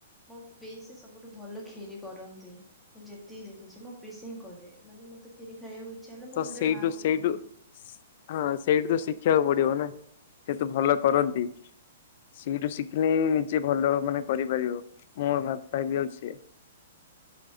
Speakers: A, in the centre; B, on the left.
A: ମୋ ପିଇସି ସବୁଠୁ ଭଲ ଖିରି କରନ୍ତି। ମୁଁ ଯେତିକି ଦେଖିଛି ମୋ ପିଇ କରେ ମାନେ ମତ ଖିରି ଖାଇବାକୁ ଇଚ୍ଛା ହେଲେ ମୁଁ
B: ତ
A: ଘରେ
B: ସେଇଠୁ
A: ମାଆଙ୍କୁ
B: ସେଇଠୁ
A: କୁହେ।
B: ହଁ ସେଇଠୁ ତ ଶିଖିବାକୁ ପଡିବ ନା? ସେତୁ ଭଲ କରନ୍ତି। ସେଠୁ ଶିଖିଲେ ନିଜେ ଭଲ ମାନେ କରିପାରିବ। ମୋର ବାପା ବିି ଅଛି